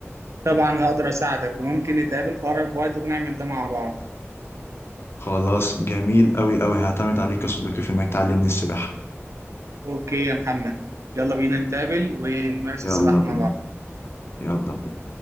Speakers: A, on the right; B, on the left.
A: طبعا هقدر اساعدك وممكن نتقابل في اقرب وقت ونعمل ده مع بعض
B: خلاص جميل أوي أوي هعتمد عليك يا صديقي في إنك تعلمني السباحة
A: اوكي يا محمد يلا بينا نتقابل ونمارس
B: يلا
A: السباحة مع
B: بينا
A: بعض
B: يلا بينا